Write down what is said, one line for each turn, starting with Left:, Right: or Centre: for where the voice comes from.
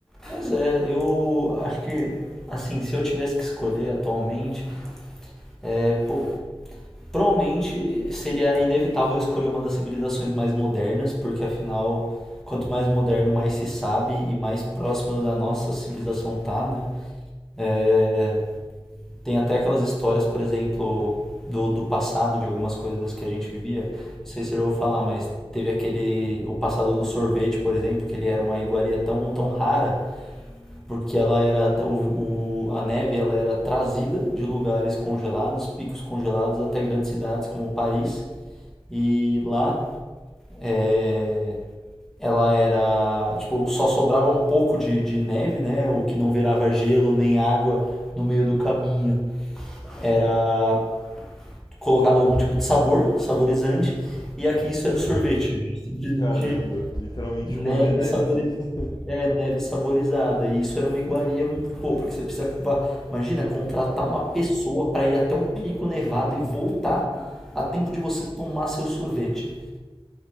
Centre: Mas é, eu acho que, assim, se eu tivesse que escolher atualmente, é, pô, Provavelmente seria inevitável escolher uma das civilizações mais modernas, porque afinal, quanto mais moderno, mais se sabe e mais próximo da nossa civilização tá, né? É, tem até aquelas histórias, por exemplo, do, do passado, de algumas coisas que a gente vivia. Não sei se você já ouviu falar, mas teve aquele. O passado do sorvete, por exemplo, que ele era uma iguaria tão, tão rara porque ela era o, o- a neve ela era trazida de lugares congelados, picos congelados até grandes cidades como Paris e lá é, ela era tipo só sobrava um pouco de, de neve, né? O que não virava gelo nem água no meio do caminho era colocado algum tipo de sabor, saborizante e aqui isso era o sorvete, simplesmente
Left: Caramba, literalmente
Centre: neve
Left: comer neve.
Centre: sabor
Left: <laughs>
Centre: É, neve saborizada. E isso era uma iguaria, pô, porque você precisa, va- imagina, contratar uma pessoa para ir até um pico nevado e voltar a tempo de você tomar seu sorvete.